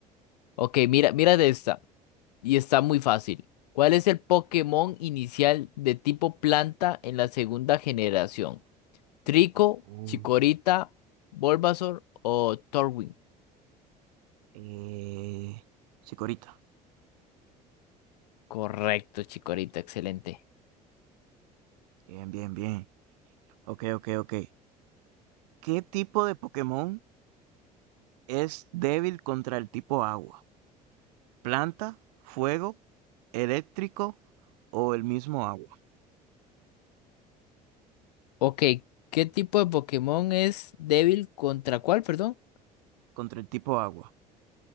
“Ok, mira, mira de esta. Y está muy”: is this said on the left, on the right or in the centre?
Left